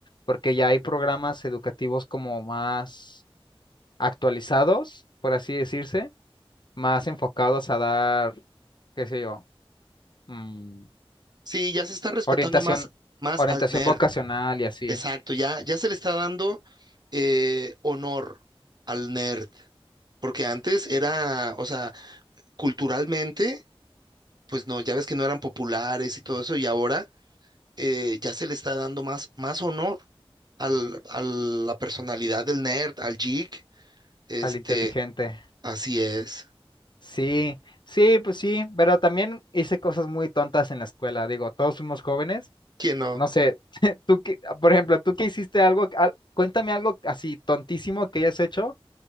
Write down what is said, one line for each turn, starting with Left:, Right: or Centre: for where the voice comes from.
Left: porque ya hay programas educativos como más actualizados, por así decirse, más enfocados a dar qué sé yo, Mm,
Right: Sí, ya se está respetando
Left: orientación,
Right: más, más
Left: orientación
Right: al nerd.
Left: vocacional y así,
Right: Exacto, ya, ya se le está dando eh, honor al nerd. Porque antes era, o sea, culturalmente, pues no, ya ves que no eran populares y todo eso, y ahora eh, ya se le está dando más, más honor al, a la personalidad del nerd, al geek, Este,
Left: al inteligente.
Right: así es.
Left: Sí, sí, pues sí, pero también hice cosas muy tontas en la escuela. Digo, todos fuimos jóvenes.
Right: ¿Quién no?
Left: No sé, <laughs> tú que, por ejemplo, tú que hiciste algo, al- cuéntame algo así tontísimo que hayas hecho